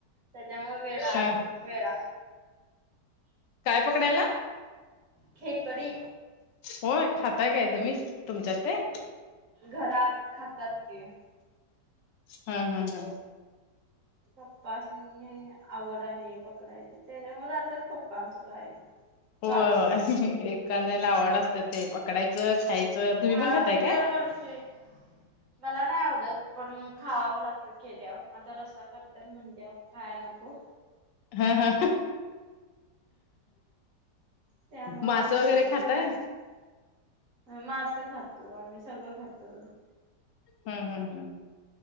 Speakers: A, on the right; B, on the left.
A: त्याच्यामुळे वेळ आज
B: हा
A: वेळ
B: काय पकडायला?
A: खेकडी.
B: होय, खाताय काय तुम्ही तुमच्या ते?
A: घरात खातात क
B: हम् हम् हम्.
A: पप्पाासनीं आवड आहे पकडायची त्याच्यामुळे जातात पप्पा आमचं कायम.
B: हो
A: पावसाळी
B: एखाद्याला आवड असते ते पकडायचं खायचं
A: अ
B: तुम्ही पण खाताय काय.
A: <inaudible> मला नाही आवडत पण खावावं लागत केल्यावंरं आता रस्सा करत्यात म्हणल्यावर खायला नको.
B: हा हा.
A: त्यामुळे
B: मास
A: खाते
B: वगैरे
A: मी
B: खाताय?
A: पण मासं खातो, आम्ही सगळं खातो.
B: हम्म हम्म हम्.